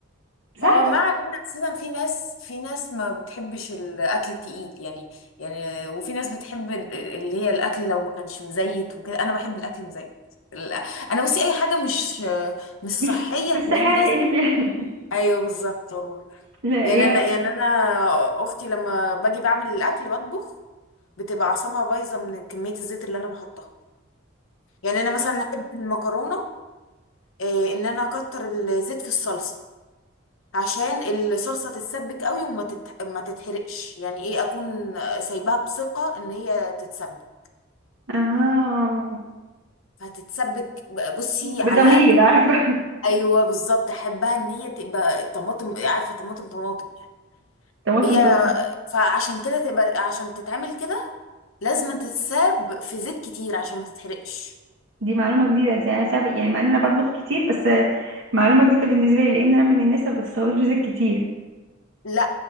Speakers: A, on the right; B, on the left.
A: صح
B: هو مع ان اساسا في ناس في ناس ما بتحبش الاكل التقيل يعني يعني وفي ناس بتحب ال- اللي هي الاكل لو ما كانش مزيت وكده انا بحب الاكل مزيت ال- انا بصي اي حاجه مش مش صحيه
A: مش
B: هتلاقيني
A: مش صحيح
B: دايسه
A: تلاقيني في <laughs>
B: ايوه بالظبط والله
A: لا
B: يعني
A: يا
B: انا يعني انا اختي لما باجي بعمل الاكل بطبخ بتبقى اعصابها بايظه من كميه الزيت اللي انا بحطها يعني انا مثلا احب المكرونه آه، ان انا اكتر الزيت في الصلصه عشان الصلصه تتسبك قوي وما تت... ما تتحرقش يعني ايه اكون سايباها بثقه ان هي تتسبك
A: اه
B: فهتتسبك ب- بصي
A: بضمير
B: على اقل
A: عارفه
B: <laughs> ايوه بالظبط احبها ان هي تبقى طماطم عارفه طماطم طماطم يعني
A: <laughs> طماطم
B: هي
A: طماطم
B: فعشان كده تبقى عشان تتعمل كده لازم تتساب في زيت كتير عشان ما تتحرقش
A: دي معلومه جديده يعني أنا شايفة- يعني مع ان انا بطبخ كتير بس معلومه جديده بالنسبه لي لان انا من الناس اللي ما بتستخدمش زيت كتير
B: لا